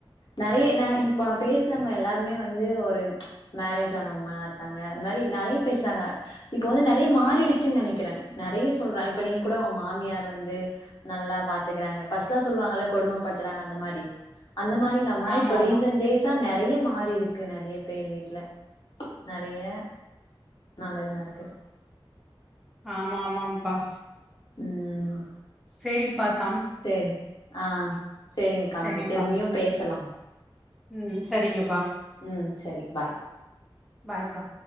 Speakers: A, on the left (about 55°); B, in the centre.
A: நெறைய ந இப்போ நா பேசுறவங்க எல்லாருமே வந்து ஒரு ப்ச் மேரேஜ் ஆனவுங்லா ஆ இருக்காங்க அதுமாரி நெறைய பேசுறாங்க இப்ப வந்து நெறைய மாறிடுச்சின் நெனைக்கிறே நெறைய சொல்றாங்க இப்ப நீங்க கூட மாமியார் வந்து நல்லா பாத்துக்றாங்க ஃபர்ஸ்ட்லா சொல்லுவாங்கல்ல கொடுமைப்படுத்துறாங்க அந்த மாரி அந்த மாரி இல்லாம
B: ஆமா
A: இப்ப
B: ஆமா
A: ரீசன்டேஸ்ஸா ஆ நெறைய மாறி இருக்கு நெறைய பேர் வீட்டுல நெறைய நல்லது நடக்குது
B: ஆமா ஆமாப்பா
A: உம்
B: சேரி பாத்து
A: செரி ஆஹ் சேரிங்கக்கா
B: சரிப்பா
A: நம்ம திரும்பியும் பேசலாம்
B: ம் சரிங்கப்பா
A: உம் சரி பாய்
B: பாய்பா